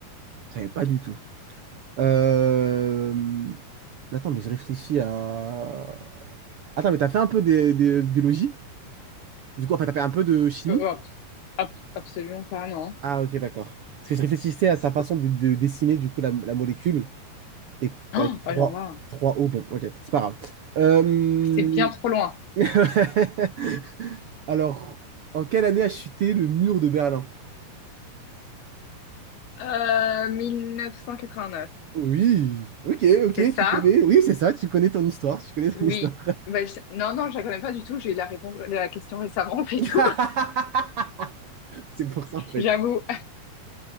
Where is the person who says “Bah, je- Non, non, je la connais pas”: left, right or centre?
Left